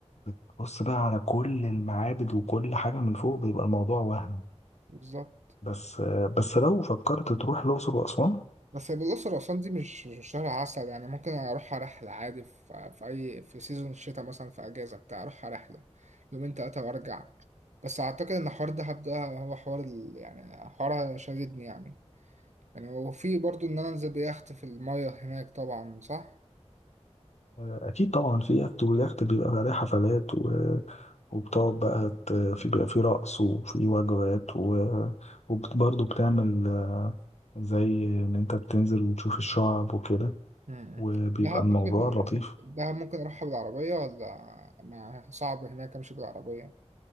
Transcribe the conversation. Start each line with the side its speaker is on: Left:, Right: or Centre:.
Left: بتبص بقى على كل المعابد وكل حاجة من فوق بيبقى الموضوع وهم
Right: بالظبط
Left: بس آه، بس لو فكرت تروح الأقصر وأسوان
Right: بس بالأقصر وأسوان دي مش مش شهر عسل يعني ممكن أروحها رحلة عادي في, في أي في سيزون الشتاء مثلا في أجازة بتاع أروحها رحلة يومين تلاتة وأرجع بس أعتقد إن حوار دهب ده هو حوار ال... يعني حوار شددني يعني يعني وفي برضو إن أنا أنزل بيخت في المية هناك طبعا صح؟
Left: اكيد طبعا في اكت والاكت بيبقى عليه حفلات و... وبتقعد بقى ت... في بيبقى في رقص وفي وجبات و... وبرضه بتعمل آه، زي ان انت بتنزل وتشوف الشعب وكده
Right: مم.
Left: وبيبقى
Right: دهب
Left: الموضوع
Right: ممكن
Left: لطيف
Right: دهب ممكن أروحها بالعربية ولا ما صعب هناك أمشي بالعربية